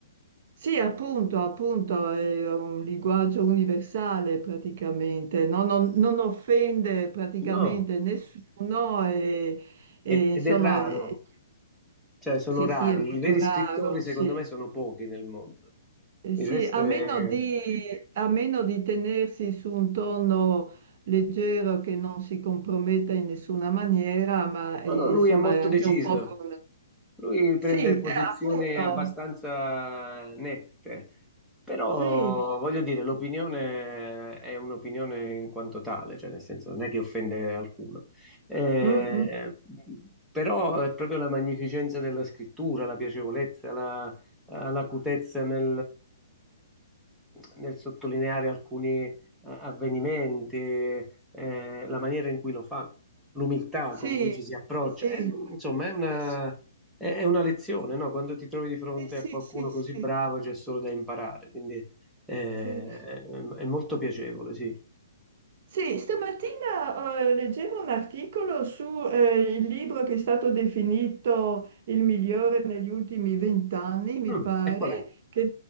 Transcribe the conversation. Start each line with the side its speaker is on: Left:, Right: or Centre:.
Right: sì, appunto, appunto, è un linguaggio universale praticamente, no? non, non offende praticamente
Centre: No,
Right: nessuno e,
Centre: ed
Right: e,
Centre: ed
Right: insomma...
Centre: è raro,
Right: eh,
Centre: cioè sono
Right: sì,
Centre: rari.
Right: sì, è molto
Centre: I veri
Right: raro,
Centre: scrittori, secondo
Right: sì.
Centre: me, sono pochi nel mondo.
Right: Eh,
Centre: Il
Right: Sì,
Centre: resto
Right: a
Centre: è...
Right: meno di, a meno di tenersi su un tono leggero che non si comprometta in nessuna maniera, ma eh,
Centre: No, no, lui
Right: insomma
Centre: è molto
Right: è anche
Centre: deciso.
Right: un po' con...
Centre: Lui prende
Right: Sì,
Centre: posizioni
Right: eh, appunto,
Centre: abbastanza nette, però
Right: sì,
Centre: voglio dire, l'opinione è un'opinione in quanto tale, cioè nel senso non è che offende alcuno. Eh,
Right: mm, mm,
Centre: però è proprio la magnificenza della scrittura, la piacevolezza, la, l'acutezza nel, nel sottolineare alcuni eh, avvenimenti, eh, la maniera in cui lo fa l'umiltà
Right: sì,
Centre: con cui ci si approccia.
Right: sì,
Centre: È, insomma, è una,
Right: sì,
Centre: è- è una lezione, no? Quando ti trovi di fronte
Right: sì, sì,
Centre: a qualcuno
Right: sì, sì,
Centre: così bravo
Right: sì,
Centre: c'è solo da imparare, quindi eh,
Right: sì.
Centre: è molto piacevole, sì.
Right: Sì, stamattina eh, leggevo un articolo su eh, il libro che è stato definito il migliore negli ultimi vent'anni, mi
Centre: Mm,
Right: pare,
Centre: e qual è?
Right: che